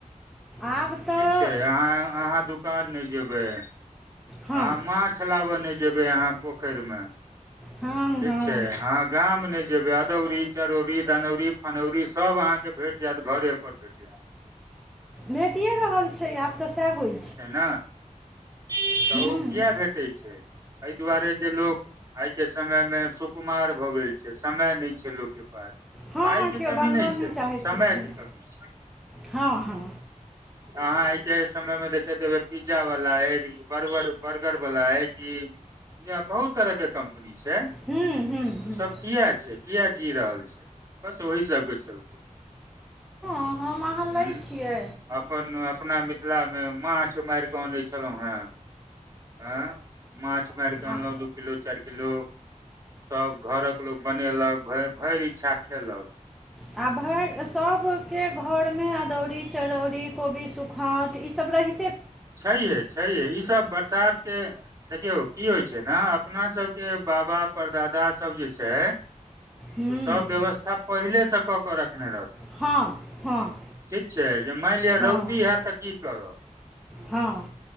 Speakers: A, in the centre; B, on the right (about 25°).
A: आब तऽ
B: ठीक छै अहाँ अहाँ दुकान नहि जेबै।
A: हँ
B: अहाँ माछ लाबऽ नहि जेबै अहाँ पोखरिमे।
A: हँ।
B: ठीक
A: हँ
B: छै। अहाँ गाम नहि जेबै अदौरी चरौरी दनौरी फनौरी सब अहाँके। भेट जायत घरे पर भेठ जायत।
A: भेटिये रहल छै आब तऽ सएह होइ।
B: छै न तऽ
A: हूँ
B: ओ किया भेटै छै एहि दुआरे जे लोक। आइके समयमे सुकुमार भऽ गेल छै समय नहि छै लोकके पास।
A: हँ
B: पाइके
A: केओ
B: कमी
A: बनबय
B: नहि छै
A: चाहै
B: समयके
A: छथिन
B: कमी छै।
A: हँ हँ
B: अहाँ आइके समयमे देख देखैत हेबै पिज्जा वला ऐ बर्बर बर्गर वला ऐ कि या बहुत तरहके कम्पनी छै त
A: हूँ हूँ हूँ
B: सब किए छै किए जी रहल छै बस ओहि सबके चलते
A: हँ हम अहाँ लै
B: ह
A: छियै
B: अपन अपना मिथिलामे माछ मारिके आनै छलौ हें एं माछ मारिके
A: आ
B: अनलहु दु किलो चारि किलो सब घरक लोक बनेलक, भय भरि इच्छा खेलक।
A: आ भरि सभके घरमे अदौरी, चरौरी, कोबी सुखौंत ई सब रहि
B: छैहे छैहे ई सब बरसातके देखियौ की होइ छै ने अपना सबके बाबा परदादा सब जे छै
A: हूँ
B: सब व्यवस्था पहिलेसँ कऽ कऽ रखने रह
A: हँ हँ
B: ठीक छै जे मानि लिअ
A: हँ
B: रौदी हैत तऽ की करब
A: हँ